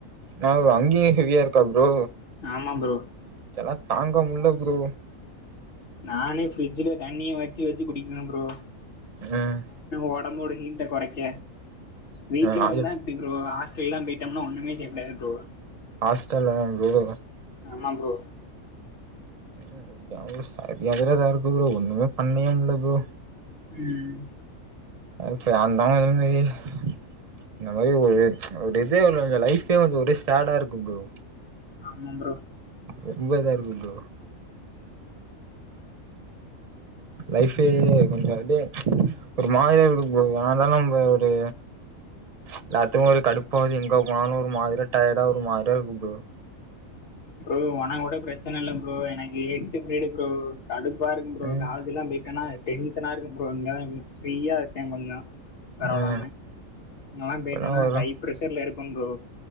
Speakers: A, on the right (about 50°); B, on the left (about 50°).
A: நவ் அங்கியு ஹெவியா இருக்கா ப்ரோ
B: ஆமா ப்ரோ
A: இதல்லா தாங்க முல்ல ப்ரோ.
B: நானே ஃபிரிட்ஜ்ல தண்ணிய வெச்சு வெச்சு குடிப்பே ப்ரோ.
A: ம்
B: ஒடம்போட ஹீட்ட கொறைக்க. வீட்ல
A: ராஜ
B: இருந்தா ப்டி ப்ரோ ஹாஸ்டல்லா போய்ட்டம்னா ஒன்னுமே செய்ய முடியாது ப்ரோ.
A: ஹாஸ்டல்லாயா ப்ரோ?
B: ஆமா ப்ரோ.
A: ம் <unintelligible> இதாருக்கு ப்ரோ ஒன்னுமே பண்ணியே முல்ல ப்ரோ.
B: ம்.
A: அது இப்ப ஏந்தா <unintelligible> வெயிலு. இந்த மாரி ஒருத் ஒரு இதே ஒரு இந்த லைஃபே வந்து ஒரே சேடா இருக்கு ப்ரோ.
B: ஆமா ப்ரோ.
A: ரொம்ப இதாருக்கு ப்ரோ. லைஃபே கொஞ்சோ ஒரு அப்டியே ஒரு மாதிரியா இருக்குது ப்ரோ ஏண்டா நம்ப ஒரு எல்லாத்துக்கு ஒரே கடுப்பாவுது எங்க போனாலு ஒரு மாதிரியா டயடா ஒரு மாதிரியா இருக்கு ப்ரோ.
B: ப்ரோ ஒனகு கோட பிரச்சன இல்ல ப்ரோ எனக்கு எட்டு பிரீடு ப்ரோ. கடுப்பா இருக்கும் ப்ரோ
A: ம்
B: காலேஜ் எல்லா போய்ட்டனா டென்ஷனா இருக்கு ப்ரோ இங்கதா <unintelligible> ஃப்ரீயாருக்கே கொஞ்சோ. பரவால்லாம
A: ம்
B: அங்கல்லா
A: இப்பல்லா
B: போய்ட்டனா
A: வரு
B: ஹை பிரஷர்ல இருப்பம் ப்ரோ.